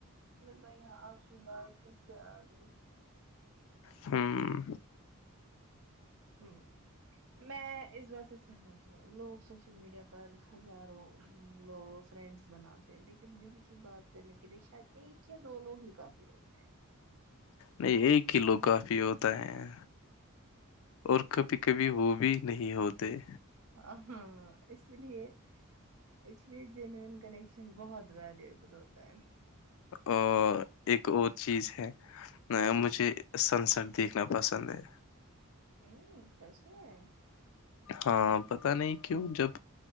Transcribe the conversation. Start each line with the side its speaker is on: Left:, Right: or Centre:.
Right: ب یہاں آپ کی بارش اس سے آ گئی
Left: ہوں
Right: ہ میں اس بات سے سہمت ہوں لوگ سوشل میڈیا پر ہزاروں لو فرینڈس بناتے ہیں لیکن دل کی بات کرنے کے لیے شاید ایک یا دو لوگ ہی کافی ہوتے ہیں
Left: نہیں ایک کلو کافی ہوتا ہو ہے اور کبھی کبھی وہ بھی نہیں ہوتے
Right: آ ہاں اس لیے اس لیے جینوین کان بہت ویلیوبل ہوتا ہے
Left: اور ایک اور چیز ہے مجھے سن سیٹ دیکھنا پسند ہے
Right: ہوں سس میں ہے
Left: ہاں پتہ نہیں کیوں جب